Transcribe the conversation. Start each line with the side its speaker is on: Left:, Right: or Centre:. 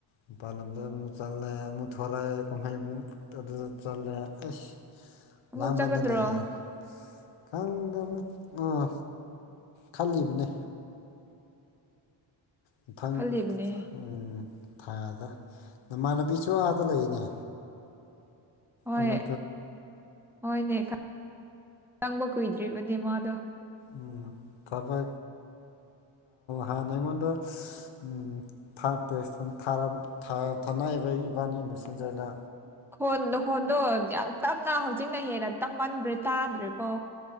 Left: ꯃꯄꯥꯥꯟ ꯂꯝꯗ ꯑꯃꯨꯛ ꯆꯜꯂꯦ ꯑꯃꯨꯛ ꯊꯣꯔꯛꯑꯦ ꯀꯨꯝꯍꯩ ꯑꯃꯨꯛ ꯑꯗꯨꯗ ꯆꯜꯂꯦ ꯑꯁ
Centre: ꯑꯃꯨꯛ
Left: ꯂꯥꯡꯕꯗꯅ
Centre: ꯆꯠꯀꯗ꯭ꯔꯣ
Left: ꯌꯥꯗ ꯑꯃꯨ ꯑꯥ ꯈꯜꯂꯤꯕꯅꯦ ꯃꯊꯪ
Centre: ꯈꯜꯂꯤꯕꯅꯦ
Left: ꯎꯝ ꯊꯥꯗ ꯅꯃꯥꯟꯅꯕꯤꯁꯨ ꯑꯥꯗ ꯂꯩꯔꯤꯅꯦ
Centre: ꯍꯣꯏ
Left: ꯑꯃ
Centre: ꯍꯣꯏꯅꯦ ꯆꯪꯕ ꯀꯨꯏꯗ꯭ꯔꯤꯕꯅꯦ ꯃꯥꯗꯣ
Left: ꯎ ꯇꯥꯕꯥ ꯍꯝ ꯃꯗ ꯎꯝ ꯊ ꯇꯦꯁ ꯊ ꯁꯅꯥꯏꯕ ꯏꯕꯥꯅꯤ ꯃꯦꯁꯦꯟꯖꯔꯗ
Centre: ꯈꯣꯟꯗ ꯈꯣꯟꯗꯣ ꯌꯥꯝ ꯇꯞꯅ ꯍꯧꯖꯤꯛꯅ ꯍꯦꯟꯅ ꯇꯝꯃꯟꯕ꯭ꯔꯦ ꯇꯥꯗ꯭ꯔꯦꯀꯣ